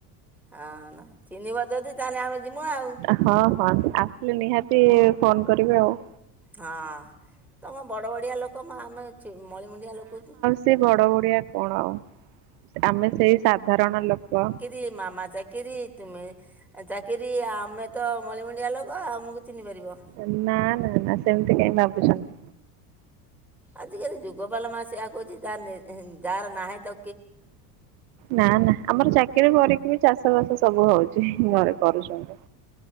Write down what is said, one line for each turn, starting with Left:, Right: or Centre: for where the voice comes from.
Centre: ହଁ ନା ଚିହ୍ନିବ ଯଦି ତାହେଲେ ଆମେ ଯିମୁ ଆଉ।
Right: ହଁ ହଁ ଆସିଲେ ନିହାତି ଫୋନ୍ କରିବେ ଆଉ।
Centre: ହଁ ତମ ବଡ଼ ବଡ଼ିଆ ଲୋକୋ ମା ଆମେ ଛି ମଳିମୁଣ୍ଡିଆ ଲୋକୋତି।
Right: ସେ ବଡ ବଡିଆ କଣ ଆଉ ସେ ଆମେ ସେଇ ସାଧାରଣ ଲୋକ।
Centre: ରି ମାମା ଚାକିରି ତୁମେ ଏ ଚାକିରି ଆମେ ତ ମଳିମଣ୍ଡିଆ ଲୋକ ଆମକୁ ଚିହ୍ନି ପାରିବ।
Right: ଏ ନାଁ ନାଁ ନାଁ ସେମିତି କାଇଁ ଭାବୁଛନ୍ତି।
Centre: ଆଜି କାଲି ଯୁଗପା ଲୋ ମା ସେଇଆ କୋହୁଚି ଯା ନେ ଯାହାର ନାହିଁ ତା
Right: ନାଁ ନାଁ ଆମର ଚାକିରି କରିକି ବି ଚାଷ ବାସ ସବୁ ହଉଚି ଘରେ କରୁଛନ୍ତି